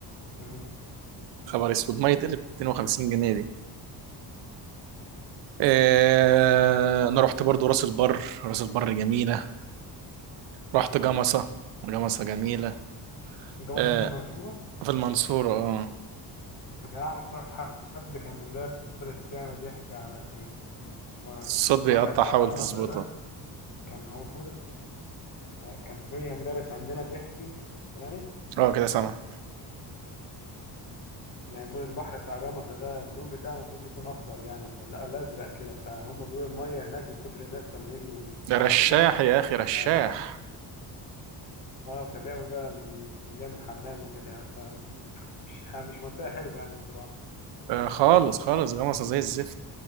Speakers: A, on the left; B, on the right.
A: مم.
B: خبر اسود مية تقلب 250 جنيه دي آه انا رحت برضو راس البر راس البر جميلة رحت جمصة جمصة جميلة
A: جوازني
B: آه
A: في المنصورة
B: في المنصورة اه
A: أعرف حد كان مدرس يعني بيحكي عن الم-
B: الصوت
A: البحر
B: بيقطع
A: بتاع
B: حاول
A: جمصة
B: تظبطه
A: ده كان هو المفروض آه، كان في مدرس عندنا بيحكي سمعني
B: اه كده سامع
A: يعني بيقول البحر بتاع جمصة ده اللون بتاعه المفروض يكون أخضر يعني ولا ولا أزرق كده فهم بيقولوا المية هناك من كتر الناس لما يجوا يسبحوا
B: ده رشاح
A: فيها
B: يا اخي رشاح
A: ف آه، فبيعمل بقى بي- بيعمل حمام وكده يعني ف مش ح- مش منطقة حلوة يعني بصراحة
B: آه، خالص خالص جمصة زي الزفت